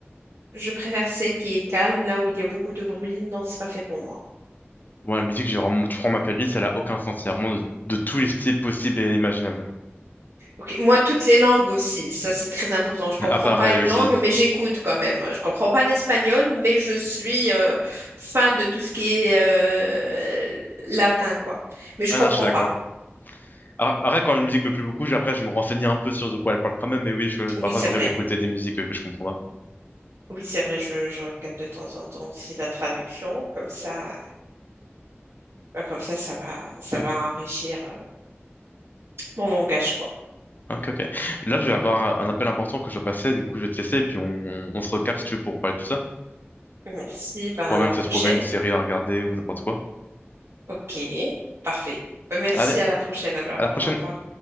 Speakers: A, on the right (about 75°); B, on the left (about 45°).
A: je préfère celle qui est calme, là où il y a beaucoup de bruit. Non, c'est pas fait pour moi.
B: Moi, la musique, j'ai vraiment, tu prends ma playlist, elle a aucun sens. Il vraiment de, de tous les styles possibles et imaginables.
A: Ok, Moi, toutes les langues aussi, ça c'est très important. Je comprends
B: Ah, pareil
A: pas une
B: aussi.
A: langue, mais j'écoute quand même. Je comprends pas l'espagnol, mais je suis euh, fan de tout ce qui est euh, latin, quoi. Mais je
B: Ah
A: comprends
B: non, je suis d'accord.
A: pas.
B: Alors, Après, quand une musique me plaît beaucoup, j'ai- après, je me renseigne un peu sur de quoi elle parle quand même. Mais oui, je, parfois,
A: Oui, c'est
B: il m'arrive
A: vrai.
B: d'écouter des musiques euh, que je comprends pas.
A: Oui, c'est vrai. Je, je regarde de temps en temps aussi la traduction, comme ça, ben, comme ça, ça va, ça va enrichir euh, mon langage, quoi.
B: Ok, ok. Là, je vais avoir un appel important que je dois passer, du coup, je vais te laisser et puis on, on on se recapte si tu veux pour parler de tout ça.
A: Merci.
B: On
A: Ben
B: pourra
A: à la
B: même
A: prochaine.
B: se trouver une série à regarder ou n'importe quoi.
A: Ok, parfait. Merci
B: Allez,
A: à la prochaine alors.
B: à la prochaine!
A: Au revoir.